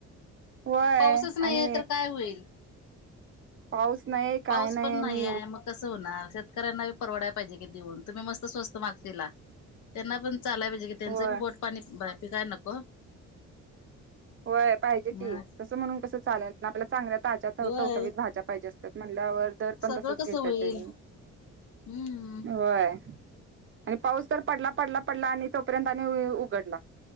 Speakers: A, on the right (about 40°); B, on the left (about 70°).
A: व्हय.
B: पाऊसच नाही
A: आणि
B: आहे तर काय होईल
A: पाऊस नाहीे, काय
B: पाऊस
A: नाही.
B: पण
A: आणि
B: आहे मग कसं होणार? शेतकऱ्यांना बी परवडाय पाहिजे की, देऊन. तुम्ही मस्त स्वस्त मागशीला. त्यांना पण चालाय पाहिजे कि. त्यांचं
A: होय
B: बी पोटपाणी पिकाय नको?
A: होय पाहिजे की.
B: मग
A: तसं म्हणून कसं चालेल. ना आपल्या चांगल्या ताज्या,
B: होय
A: टवटवीत भाज्या पाहिजे असत्यात, म्हणल्यावर. दर पण
B: सगळं
A: तसच,
B: कसं
A: घेत्या
B: होईल
A: त्यांनी.
B: हम्म
A: होय. आणि पाऊस तर पडला- पडला पडला आणि तोपर्यंत आणि उघडला.